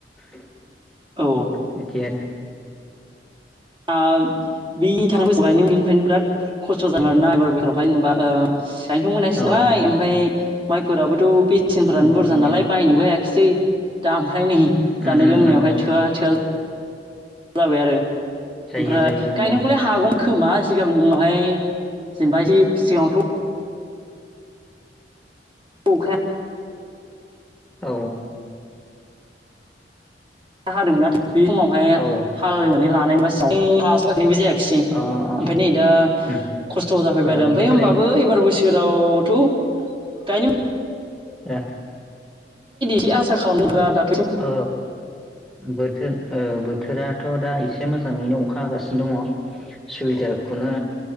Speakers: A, in the centre; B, on the right (about 30°).
A: <inaudible>
B: औ
A: बिदि आरो
B: आ बि थांनाय बोसोराव गायनो मोनिनिफ्रायनो बिराद खस्थ' जादों आरोना एबार बोसोरावहाय जेनबा ओ गायनथ मोनासै
A: औ
B: नालाय ओमफ्राय माइफोराबोथ' बे बेसेनफोरानो
A: नंगौ
B: बुरजा
A: नंगौ
B: नालाय बायनोबो हायाखिसै दा ओमफ्राय नैै जानाय
A: उम उम
B: लोंनायावहाय
A: उम उम
B: थोआ थोआ जाबाय आरो। ओमफ्राय
A: जायो जायो नंगौ
B: गायनोखौलाय हागौ खोमा सिगांआवहाय जेनेबा एसे सिगाङावथ' <unintelligible>
A: औ
B: हादोंमोना बे समावहाय
A: औ
B: हालनानै ला नायबास हास बाखैनायबो जायाखिसै
A: अ अ
B: ओमफ्राय नै दा
A: उम
B: खस्थ' जाफैबाय
A: ओ
B: आरो ओमफ्राय
A: देग्लाय
B: होमबाबो एबारबो सो जेरावथ' गायनो
A: एह
B: खि आसा खालामावदों रा दा
A: औ बोथोर औ बोथोरा थ' दा एसे मोजाङैनो अखा होगासिनो दङ सुबिदारखौनो